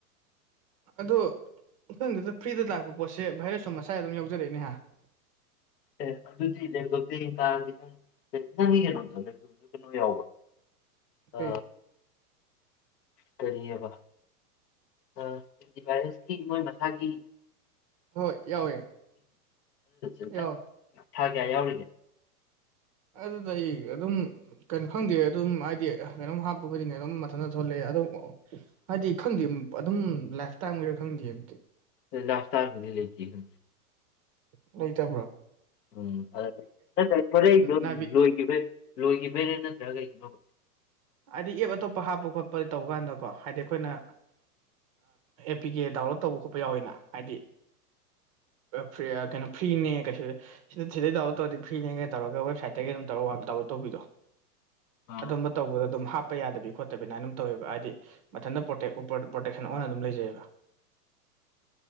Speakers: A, on the right; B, on the left.
A: ꯑꯗꯣ ꯏꯊꯪꯗꯨꯗ ꯐ꯭ꯔꯤꯗ ꯂꯥꯛꯄ ꯄꯣꯠꯁꯦ ꯚꯥꯏꯔꯁꯁꯨ ꯃꯁꯥꯏ ꯑꯗꯨꯝ ꯌꯥꯎꯖꯔꯛꯏꯗꯅꯀ‌ꯣ
B: ꯑꯦ ꯑꯗꯨꯗꯤ ꯂꯦꯡꯊꯣꯛꯇꯦ ꯌꯦꯡ ꯇꯥꯔꯗꯤ ꯑꯗꯨꯪ <unintelligible> ꯅꯪꯒꯤ ꯀꯩꯅꯣꯗꯣ ꯀꯩꯅꯣ ꯌꯥꯎꯕ
A: ꯑꯣꯀꯦ
B: ꯑ ꯀꯔꯤꯑꯕ ꯑ ꯑꯦꯟꯇꯤ ꯚꯥꯏꯔꯁꯀꯤ ꯃꯣꯏ ꯃꯁꯥꯒꯤ
A: ꯍꯣꯏ ꯌꯥꯎꯋꯦ
B: ꯪ
A: ꯌꯥꯎꯋꯦ
B: ꯊꯥ ꯀꯌꯥ ꯌꯥꯎꯔꯤꯒ‌ꯦ
A: ꯑꯗꯨꯗ ꯑꯩ ꯑꯗꯨꯝ ꯀ ꯈꯪꯗꯦ ꯑꯗꯨꯝ ꯍꯥꯏꯗꯤ ꯀꯩꯅꯣꯝ ꯍꯥꯞꯄ ꯈꯨꯗꯤꯡꯒꯤ ꯑꯗꯨꯝ ꯃꯊꯟꯇ ꯊꯣꯛꯂꯛꯑꯦ ꯑꯗꯨꯝ ꯍꯥꯏꯗꯤ ꯈꯪꯗꯦ ꯑꯗꯨꯝ ꯂꯥꯏꯐꯇꯥꯏꯝ ꯑꯣꯏꯔꯥ ꯈꯪꯗꯦ ꯑꯝꯗꯤ
B: ꯂꯥꯏꯐ <unintelligible> ꯇꯥꯔ ꯀꯗꯤ ꯂꯩꯇ
A: ꯂꯩ ꯇꯕ꯭ꯔꯣ
B: ꯎꯝ ꯅꯠꯇ꯭ꯔ ꯐꯣꯔꯩꯗꯣ
A: ꯅꯥꯚ
B: ꯂꯣꯏ ꯂꯣꯏꯈꯤꯕꯩꯔ ꯅꯠꯇ꯭ꯔꯒ ꯀꯩꯒꯤꯅꯣꯕ
A: ꯍꯥꯏꯗꯤ ꯑꯦꯞ ꯑꯇꯣꯞꯄ ꯍꯥꯞꯄ ꯈꯣꯠꯄ ꯇꯧꯕ ꯀꯥꯟꯗꯀꯣ ꯍꯥꯏꯗꯤ ꯑꯩꯈꯣꯏꯅ ꯑꯦ ꯄꯤ ꯀꯦ ꯗꯥꯎꯟꯂꯣꯗ ꯇꯧꯕ ꯈꯣꯠꯄ ꯌꯥꯎꯋꯤꯅ ꯍꯥꯏꯗꯤ ꯐ ꯀꯩꯅꯣ ꯐ꯭ꯔꯤꯅꯦ ꯀꯩꯁꯨ ꯁꯤꯗ ꯁꯤꯗꯩ ꯗꯥꯎꯟꯂꯣꯗ ꯇꯧꯔꯗꯤ ꯐ꯭ꯔꯤꯅꯦꯒ ꯇꯧꯔꯒ ꯋꯦꯕꯁꯥꯏꯠꯇꯒꯤ ꯑꯗꯨꯝ ꯇꯧꯔ ꯗꯥꯎꯟꯂꯣꯗ ꯇꯧꯕꯤꯗꯣ
B: ꯑꯥ
A: ꯑꯗꯨ ꯇꯧꯕꯗꯣ ꯑꯗꯨꯝ ꯍꯥꯞꯄ ꯌꯥꯗꯕꯤ ꯈꯣꯠꯇꯕꯤꯅꯅ ꯑꯗꯨꯝ ꯇꯧꯋꯦꯕ ꯍꯥꯏꯗꯤ ꯃꯊꯟꯇ ꯄ꯭ꯔꯣꯇꯦꯛ ꯄ꯭ꯔꯣꯇꯦꯛꯁꯟ ꯑꯣꯟꯅ ꯑꯗꯨꯝ ꯂꯩꯖꯩꯑꯕ